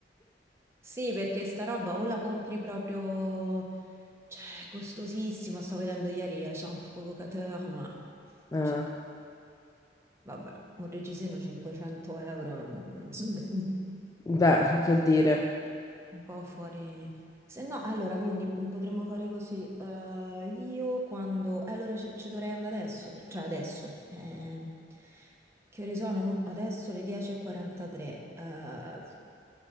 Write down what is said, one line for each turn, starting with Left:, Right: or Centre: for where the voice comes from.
Right: Sì, perché sta roba o la compri proprio, cioè, è costosissima. Sto vedendo ieri a Jean Provocateur, ma,
Left: Eh,
Right: cioè, vabbè, un reggiseno 500 euro, non... <laughs>
Left: beh, che dire,
Right: Un po' fuori. Se no, allora, quindi mm, potremmo fare così. eh, io quando... eh, allora ci, ci dovrei andare adesso, per- cioè adesso. eh, che ore sono? Mo- Adesso le 10.43. eh,